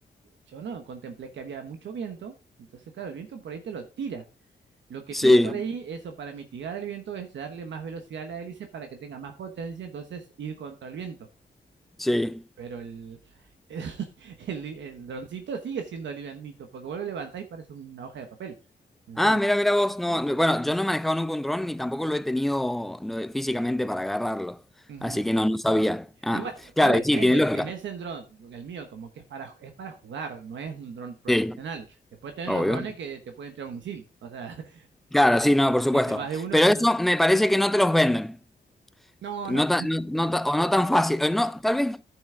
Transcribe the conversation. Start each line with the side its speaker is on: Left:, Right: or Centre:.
Right: yo no contemplé que había mucho viento. Entonces, claro, el viento por ahí te lo tira. Lo que
Centre: sí,
Right: tiene por ahí, eso para mitigar el viento, es darle más velocidad a la hélice para que tenga más potencia, entonces ir contra el viento.
Centre: sí.
Right: Pero el, el, <laughs> el- el droncito sigue siendo livianito, porque vos lo levantás y parece una hoja de papel. En
Centre: Ah,
Right: serio.
Centre: mira, mira vos, no,
Right: Sí.
Centre: no, bueno, yo no he manejado nunca un dron ni tampoco lo he tenido no, físicamente para agarrarlo,
Right: Ujú.
Centre: así que no, no sabía. Ah,
Right: Igual, todo
Centre: claro,
Right: depende.
Centre: y sí, tiene lógica.
Right: Tenés el dron, el mío, como que es para, es para jugar, no es un dron profesional.
Centre: Sí,
Right: Después tenés
Centre: obvio.
Right: los drones que te pueden entrar un misil. O sea, <laughs>
Centre: Claro, sí, no, por supuesto.
Right: viste, vas de uno,
Centre: Pero
Right: o
Centre: eso
Right: sea.
Centre: me parece que no te los venden.
Right: No,
Centre: No
Right: no.
Centre: tan, no- no ta- o no tan fácil. o No, tal vez,